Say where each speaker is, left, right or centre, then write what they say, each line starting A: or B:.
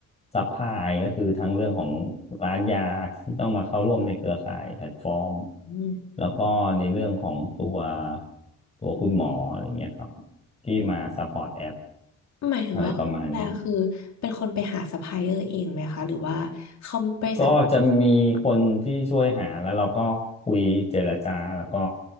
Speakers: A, on the left (about 20°); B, on the left (about 65°).
A: ซัพพลายก็คือทั้งเรื่องของร้านยาที่ต้องมาเข้าร่วมในเครือข่ายแพลตฟอร์ม
B: อืม
A: แล้วก็ในเรื่องของตัวตัวคุณหมออะไรเงี้ยครับที่มาซัพพอร์ตแอป
B: หมายถึงว่าคุณแปลคือเป็นคนไปหาซัพพลายเออร์เองไหมคะหรือว่าเขาบริษัท
A: อะไรประมาณเนี้ย ก็จะมีคนที่ช่วยหาแล้วเราก็คุยเจรจาแล้วก็